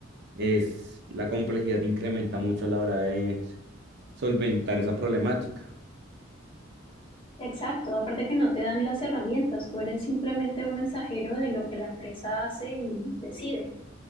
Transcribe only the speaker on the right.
es la complejidad incrementa mucho a la hora de solventar esa problemática.